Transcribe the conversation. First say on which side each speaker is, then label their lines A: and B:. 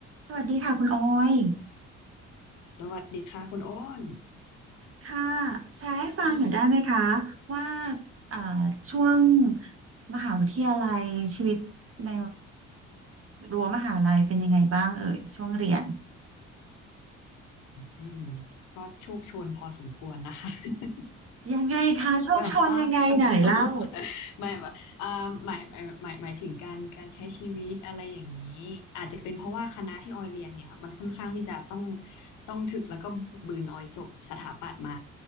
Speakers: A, on the right; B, on the left.
A: สวัสดีค่ะคุณออย
B: สวัสดีค่ะคุณโอ้น
A: ค่ะแชร์ให้ฟังหน่อยได้ไหมคะ
B: ดี
A: ว่าเอ่อช่วงมหาวิทยาลัยชีวิตในรั้วมหาลัยเป็นยังไงบ้างเอ่ยช่วงเรียน
B: อืมก็โชคโชวนพอสมควรนะคะ <laughs>
A: ยังไงคะโชคชนยังไงไหนเล่า
B: แบบว่า <laughs> ไม่แบบอ่าหมายหมายหมายหมายถึงการการใช้ชีวิตอะไรอย่างนี้ อาจจะเป็นเพราะว่าคณะที่ออยเรียนเนี่ยมันค่อนข้างที่จะต้องต้องถึกแล้วก็บึกบืนออยจบสถาปัตย์มา